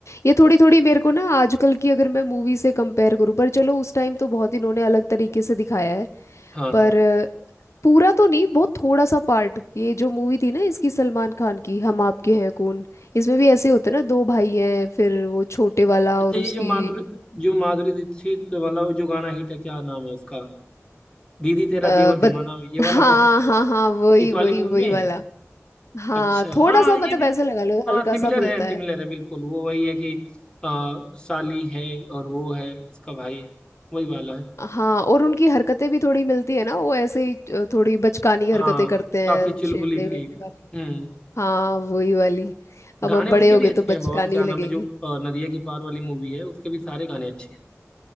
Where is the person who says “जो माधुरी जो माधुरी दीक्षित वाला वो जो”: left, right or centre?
Left